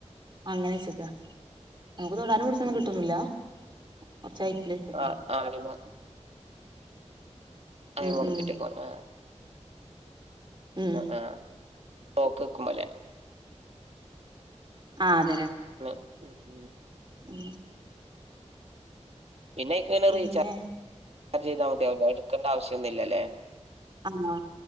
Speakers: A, on the right; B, on the right.
A: അങ്ങനെ ച്ചക്കാ നമുക്ക് തൊടാനും പിട്ച്ചാനും കിട്ടൊന്നുല്ല കൊറച്ച് ഹൈറ്റില് വെച്ചക്കാ
B: ആ ആണിമ്മെ അയി
A: ഉം
B: <unintelligible>
A: ഉം ഉം
B: ആ ആഹ് ക്ളോക്കെക്കുമ്പോലെ
A: ആത്
B: പിന്നെ ഉം ഉം
A: ഉം
B: പിന്ന യ്ക്ക്‌ങ്ങനെ
A: പിന്നെ
B: റീച്ചാ അത് ചെയ്താ മത്യാവുല്ലേ ഇട്ക്കണ്ടാവശ്യം ഒന്നുല്ലല്ലേ
A: അന്നോ